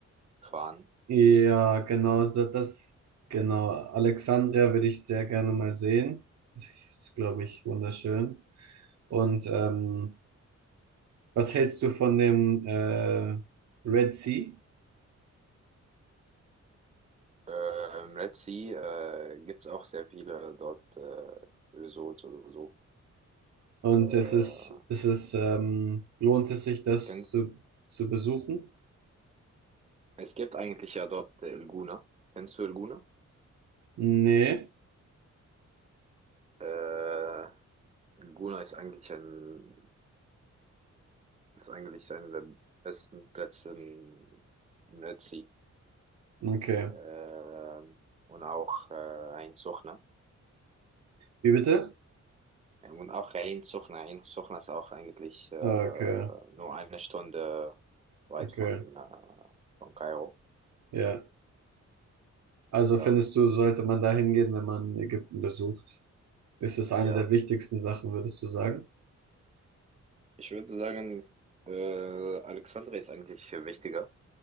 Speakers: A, on the right (about 20°); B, on the right (about 65°).
A: fahren.
B: Ja, genau, da- das, genau. Alexandria würde ich sehr gerne mal sehen. Das ist, glaube ich, wunderschön. Und ähm, was hältst du von dem äh, Red Sea?
A: Ähm, Red Sea äh, gibt's auch sehr viele dort äh, Resorts oder so.
B: Und
A: Äh,
B: ist es, ist es, ist, ähm, lohnt es sich, das
A: kennst,
B: zu, zu besuchen?
A: es gibt eigentlich ja dort äh, El Guna. Kennst du El Guna?
B: Nee.
A: Äh, El Guna ist eigentlich ein, ist eigentlich einer der besten Plätze im, im Red Sea.
B: Okay.
A: Äh, und auch äh, ein Suchna.
B: Wie bitte?
A: Und auch ein Suchna. Ein Suchna ist auch eigentlich äh, nur
B: Okay,
A: eine Stunde weit
B: okay.
A: von, äh, von Kairo.
B: Ja. Also
A: Ja,
B: findest du, sollte man da hingehen, wenn man Ägypten besucht? Ist es eine
A: ja.
B: der wichtigsten Sachen, würdest du sagen?
A: Ich würde sagen, äh, Alexandria ist eigentlich wichtiger,